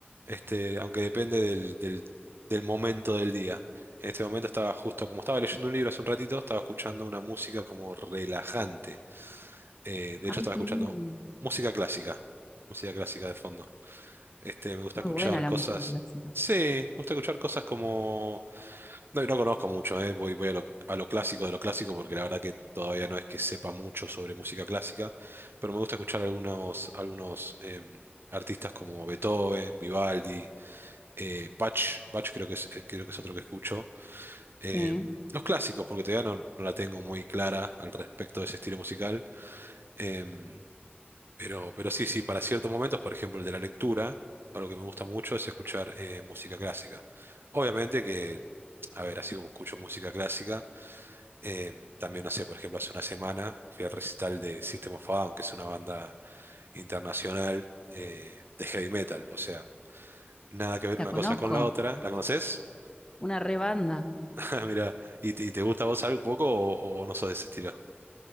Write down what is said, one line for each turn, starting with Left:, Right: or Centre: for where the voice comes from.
Right: este, aunque depende del, del, del momento del día. En este momento estaba justo, como estaba leyendo un libro hace un ratito, estaba escuchando una música como relajante. Eh, de
Left: Ay,
Right: hecho estaba
Left: qué
Right: escuchando
Left: lindo.
Right: música clásica, música clásica de fondo. Este, me gusta
Left: Muy
Right: escuchar
Left: buena la
Right: cosas,
Left: música clásica.
Right: sí, me gusta escuchar cosas como No, no conozco mucho, eh, Voy, voy a lo, a lo clásico de lo clásico porque la verdad que todavía no es que sepa mucho sobre música clásica, pero me gusta escuchar algunos, algunos em, artistas como Beethoven, Vivaldi, eh, Bach, Bach creo que es, eh, creo que es otro que escucho. Em,
Left: Sí,
Right: los clásicos, porque todavía no, no la tengo muy clara al respecto de ese estilo musical, em, pero, pero sí, sí, para ciertos momentos, por ejemplo el de la lectura, algo que me gusta mucho es escuchar eh, música clásica. Obviamente que... A ver, así como escucho música clásica, Em, también, no sé, por ejemplo, hace una semana fui al recital de System of a Down, que es una banda internacional eh, de heavy metal. O sea, nada que ver
Left: la
Right: una
Left: conozco.
Right: cosa con la otra. ¿La conoces?
Left: Una re banda.
Right: <laughs> Mira, ¿y, te y te gusta a vos algo un poco o, o no sos de ese estilo?